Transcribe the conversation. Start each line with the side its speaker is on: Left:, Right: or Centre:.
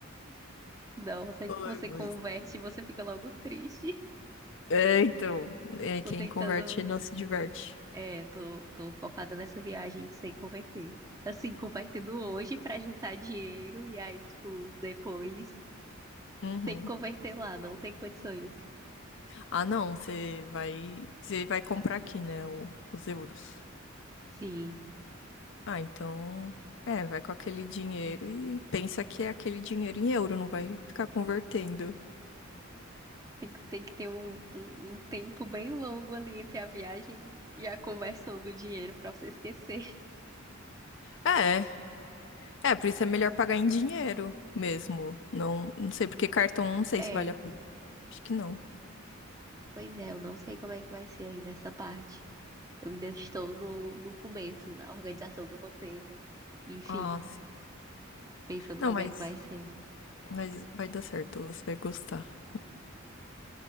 Right: Nossa, aí
Left: Ai,
Right: você
Left: mas...
Right: converte e você fica logo triste.
Left: É, então,
Right: <laughs>
Left: é, quem
Right: Tô tentando.
Left: converte não se diverte.
Right: É, tô, tô focada nessa viagem sem converter. Assim, convertendo hoje pra juntar dinheiro e aí, tipo, depois
Left: Uhum.
Right: sem converter lá. Não tem condições.
Left: Ah, não, você vai, você vai comprar aqui, né, o- os euros.
Right: Sim,
Left: Ah, então. É, vai com aquele dinheiro e pensa que é aquele dinheiro em euro, não vai ficar convertendo.
Right: Tem, que- tem que ter um, um, um tempo bem longo ali entre a viagem e a conversão do dinheiro pra você esquecer.
Left: É, é, por isso é melhor pagar em dinheiro mesmo. Não, não sei, porque cartão não sei
Right: É,
Left: se vale a pena. Acho que não.
Right: pois é, eu não sei como é que vai ser ainda essa parte. Eu ainda estou no, no começo, na organização do roteiro. Enfim,
Left: Ah, sim.
Right: pensando
Left: Não,
Right: como
Left: mas,
Right: é que vai ser.
Left: mas vai dar certo, você vai gostar.